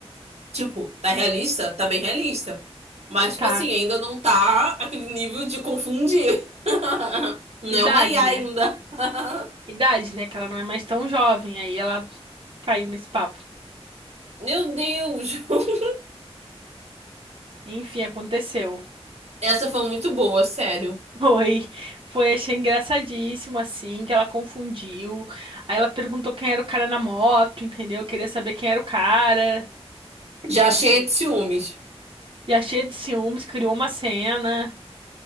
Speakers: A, on the right (about 80°); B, on the right (about 50°).
A: Tipo, tá realista? Tá bem realista. Mas, tipo
B: Tá,
A: assim, ainda não tá aquele nível de confundir. <laughs> Não
B: idade,
A: é uma IA ainda.
B: né?
A: <laughs>
B: Idade, né? Que ela não é mais tão jovem. Aí ela caiu nesse papo.
A: Meu Deus! <laughs>
B: Enfim, aconteceu. <laughs>
A: Essa foi muito boa, sério.
B: Foi, foi, achei engraçadíssimo, assim, que ela confundiu. Aí ela perguntou quem era o cara na moto, entendeu? Queria saber quem era o cara,
A: Já cheia
B: entende?
A: de ciúmes.
B: E a cheia de ciúmes, criou uma cena.